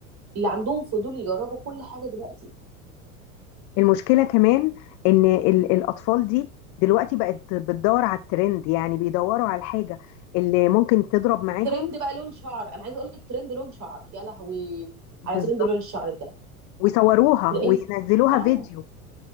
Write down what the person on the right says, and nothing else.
اللي عندهم فضول يجربوا كل حاجه دلوقتي
ترند بقى لون شعر انا عايزه اقول لك ترند لون شعر يا لهوي
على ترند لون الشعر ده
تلاقيه
اه